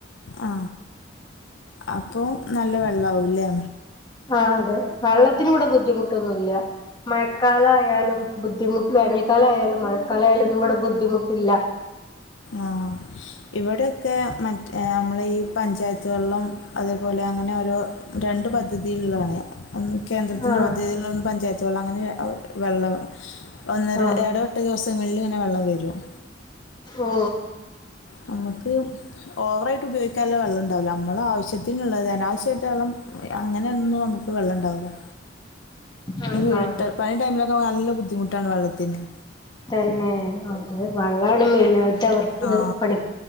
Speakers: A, on the left; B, on the left.
A: ആ അപ്പോ നല്ല വെള്ളവുംലെ
B: ആഹാ അതെ വെള്ളത്തിന് ഇവിടെ ബുദ്ധിമുട്ടൊന്നുമല്ല മഴക്കാല ആയാലും ബുദ്ധിമുട്ട് വേനൽക്കാലംയാലും മഴക്കാലമായയാലുംന്നും ഇവിടെ ബുദ്ധിമുട്ടില്ല
A: ആഹ ഇവിടെയൊക്കെ മറ്റ നമ്മള ഈ പഞ്ചായത്തുവേളം അതേപോലെ അങ്ങനെ ഓരോ രണ്ട് പദ്ധതികളാണ് കേന്ദ്രത്തിന്റെ
B: ആഹ്
A: പദ്ധതിൽന്ന് പഞ്ചായത്ത വെള്ളം അങ്ങനെ വെള്ളം ഒന്നര
B: ആഹ്
A: ഏട ദിവസങ്ങളിൽ ഇങ്ങനെ വെള്ളം വരും
B: ഓ
A: നമുക്ക് ഓവറായിട്ട് ഉപയോഗിക്കാല്ലോ വെള്ളം ഉണ്ടാവില്ല നമ്മൾ ആവശ്യത്തിനുള്ളത് അനാവശ്യമായിട്ട് വള്ളം അങ്ങനെയൊന്നും നമു ഇപ്പ വെള്ളംണ്ടാവുന്ന
B: <inaudible>
A: വീ
B: ആഹ്
A: പണി ടൈമിലൊക്കെ നല്ല ബുദ്ധിമുട്ടാണ് വെള്ളത്തിന്
B: തന്നെ അത് വെള്ളമാണ് മെയിന ആായിട്ട് അവർക്ക്
A: ആ
B: പണി